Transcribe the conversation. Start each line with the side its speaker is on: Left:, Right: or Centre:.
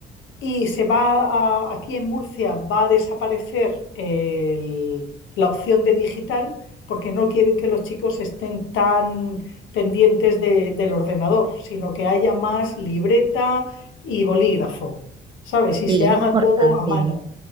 Left: y se va a- aquí en Murcia va a desaparecer el- la opción de digital porque no quieren que los chicos estén tan pendientes de- del ordenador, sino que haya más libreta y bolígrafo, ¿sabes? Y
Right: Sí,
Left: se haga
Right: es importante.
Left: todo a mano.